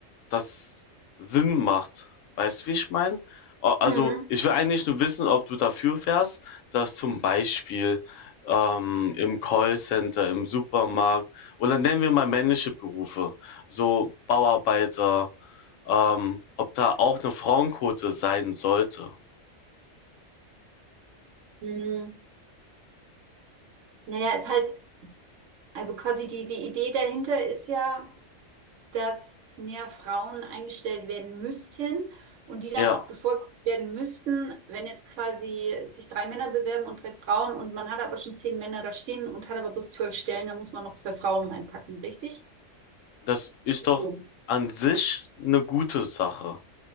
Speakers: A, on the left; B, on the right.
A: das Sinn macht. Weißt du, wie ich meine? Also,
B: Mhm.
A: ich will eigentlich nur wissen, ob du dafür wärst, dass zum Beispiel ähm, im Callcenter, im Supermarkt oder nennen wir mal männliche Berufe, so Bauarbeiter, ähm, ob da auch eine Frauenquote sein sollte.
B: Mhm. Naja, ist halt, also quasi die, die Idee dahinter ist ja, dass mehr Frauen eingestellt werden müssten und die dann
A: Ja,
B: auch bevorzugt werden müssten, wenn jetzt quasi sich drei Männer bewerben und drei Frauen und man hat aber schon zehn Männer da stehen und hat aber bis zwölf Stellen, da muss man noch zwei Frauen reinpacken, richtig?
A: das ist
B: So.
A: doch an sich eine gute Sache.